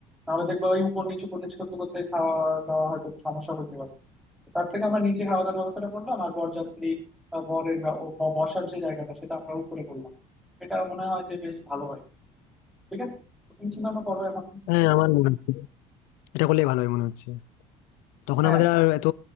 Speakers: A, in the centre; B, on the left.
A: নাহলে দেখবা ওই উপর নিচু উপর নিচু করতে করতে খাওয়া দাওয়া হয়তো সমস্যা হতে পারে তার থেকে আমরা নিচে খাওয়া দাওয়ার ব্যবস্থাটা করলাম আর বরযাত্রী বা বরের বা- ও ব- বসার যে জায়গাটা সেটা আমরা উপরে করলাম এটা মনে হয় যে বেশ ভালো হয় ঠিক আছে তুমি চিন্তা ভাবনা করো এখন
B: হ্যাঁ আমার মনে হচ্ছে এটা করলেই ভালো হবে মনে হচ্ছে তখন
A: হ্যাঁ
B: আমাদের আর এত